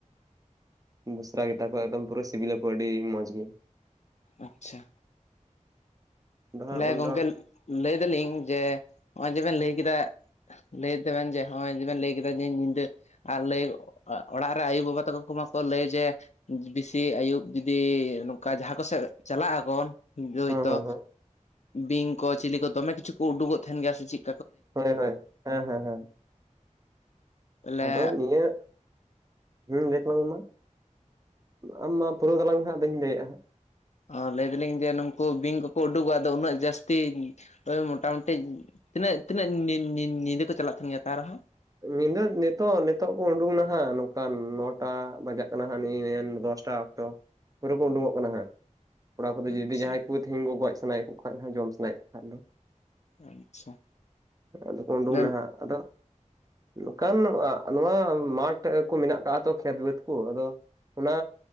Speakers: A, on the right (about 25°); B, on the left (about 60°).
A: ᱫᱩᱥᱨᱟ ᱜᱮᱛᱟ ᱠᱚᱣᱟ ᱮᱠᱫᱚᱢ ᱯᱩᱨᱟᱹ ᱥᱤᱵᱤᱞ ᱟᱹᱰᱤ ᱢᱚᱸᱡᱽ ᱜᱮ᱾
B: ᱟᱪᱪᱷᱟ᱾
A: ᱟᱫᱚ
B: ᱛᱟᱦᱞᱮ
A: ᱦᱟᱸᱜ ᱩᱱᱫᱚ
B: ᱜᱚᱝᱠᱮ ᱞᱟᱹᱭ ᱫᱟᱞᱤᱧ ᱡᱮ ᱦᱚᱸᱜ-ᱚᱭ ᱡᱮᱵᱮᱱ ᱞᱟᱹᱭ ᱠᱮᱫᱟ ᱞᱟᱹᱭ ᱫᱟᱵᱮᱱ ᱡᱮ ᱦᱚᱸᱜ-ᱚᱭ ᱡᱮᱵᱮᱱ ᱞᱟᱹᱭ ᱠᱮᱫᱟ ᱡᱮ ᱧᱤᱫᱟᱹ ᱟᱨ ᱞᱟᱹᱭ ᱚᱲᱟᱜ ᱨᱮ ᱟᱭᱩ ᱵᱟᱵᱟ ᱛᱟᱠᱚ ᱠᱚ ᱢᱟᱠᱚ ᱞᱟᱹᱭ ᱡᱮ ᱵᱤᱥᱤ ᱟᱹᱭᱩᱵ ᱡᱩᱫᱤ ᱱᱚᱝᱠᱟ ᱡᱟᱦᱟᱸ ᱠᱚᱥᱮᱫ ᱪᱟᱞᱟᱜ-ᱟᱵᱚᱱ ᱦᱳᱭᱛᱳ
A: ᱦᱮᱸ ᱦᱮᱸ ᱦᱮᱸ
B: ᱵᱤᱧ ᱠᱚ ᱪᱤᱞᱤ ᱠᱚ ᱫᱚᱢᱮ ᱠᱤᱪᱷᱩ ᱠᱚ ᱩᱰᱩᱠᱚᱜ ᱛᱟᱦᱮᱱ ᱜᱮᱭᱟ ᱥᱮ ᱪᱤᱫ?
A: ᱦᱳᱭ ᱦᱳᱭ, ᱦᱮᱸ ᱦᱮᱸ ᱦᱮᱸ᱾
B: ᱛᱟᱦᱚᱞᱮ
A: ᱟᱫᱚ ᱱᱤᱭᱟᱹ ᱦᱳᱭ ᱞᱟᱹᱭ ᱛᱟᱞᱟᱝ ᱢᱮ ᱢᱟ᱾ ᱟᱢ ᱢᱟ ᱯᱩᱨᱟᱹᱣ ᱛᱟᱞᱟᱝ ᱢᱮ ᱦᱟᱸᱜ ᱟᱫᱚᱧ ᱞᱟᱹᱭᱮᱜ-ᱟ ᱦᱟᱸᱜ᱾
B: ᱚ, ᱞᱟᱹᱭ ᱫᱟᱞᱤᱧ ᱡᱮ ᱱᱩᱠᱩ ᱵᱤᱧ ᱠᱚᱠᱚ ᱩᱰᱩᱠᱚᱜ-ᱟ ᱟᱫᱚ ᱩᱱᱟᱹᱜ ᱡᱟᱹᱥᱛᱤ ᱳᱭ ᱢᱚᱴᱟᱢᱩᱴᱤ ᱛᱤᱱᱟᱹᱜ ᱛᱤᱱᱟᱹᱜ, ᱧᱤ-ᱧᱤ-ᱧᱤ ᱧᱤᱫᱟᱹ ᱠᱚ ᱪᱟᱞᱟᱜ ᱛᱟᱦᱮᱱ ᱜᱮᱭᱟ ᱛᱟᱣ ᱨᱮᱦᱚᱸ?
A: ᱧᱤᱫᱟᱹ ᱱᱤᱛᱳᱜ ᱱᱤᱛᱳᱜ ᱠᱚ ᱩᱰᱩᱝ ᱱᱟᱦᱟᱜ ᱱᱚᱝᱠᱟᱱ ᱱᱚᱴᱟ ᱵᱟᱡᱟᱜ ᱠᱟᱱᱟ ᱦᱟᱸᱜ ᱱᱤ-ᱱᱤᱭᱟᱹ ᱫᱚᱥ ᱴᱟ ᱛᱚ ᱯᱩᱨᱟᱹ ᱠᱚ ᱩᱰᱩᱜᱚᱜ ᱠᱟᱱᱟ ᱦᱟᱸᱜ᱾ ᱠᱚᱲᱟ ᱠᱚᱫᱚ
B: ᱟᱪᱪᱷᱟ
A: ᱡᱩᱫᱤ ᱡᱟᱦᱟᱸᱭ ᱠᱚ ᱛᱤᱦᱤᱧ ᱠᱚ ᱜᱚᱡ ᱥᱟᱱᱟᱭᱮᱫ ᱠᱚ ᱠᱷᱟᱡ ᱦᱚᱸ ᱡᱚᱢ ᱥᱟᱱᱟᱭᱮᱫ ᱠᱚ ᱠᱷᱟᱡ ᱫᱚ᱾
B: ᱟᱪᱪᱷᱟ
A: ᱟᱫᱚ ᱠᱚ ᱩᱰᱩᱝ
B: ᱛᱟᱦᱚᱞᱮ
A: ᱱᱟᱦᱟᱜ ᱟᱫᱚ ᱱᱚᱝᱠᱟᱱ ᱱᱚᱣᱟ ᱢᱟᱴᱷ ᱠᱚ ᱢᱮᱱᱟᱜ ᱠᱟᱜ-ᱟ ᱛᱚ ᱠᱷᱮᱛ ᱵᱟᱹᱫᱽ ᱠᱚ ᱟᱫᱚ ᱚᱱᱟ